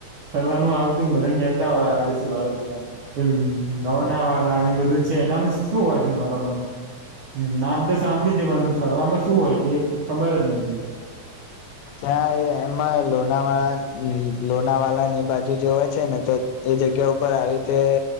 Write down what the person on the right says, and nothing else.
ફરવાનું આવતું બધા ગેતા હોય આડોશી બાડોશી એ નવા ના એ બધું છે એનામાં શું હોય છે ફરવાનું નામ તો સાંભળ્યું છે. મ ફરવામાં શું હોય છે? એ ખબર જ નથી.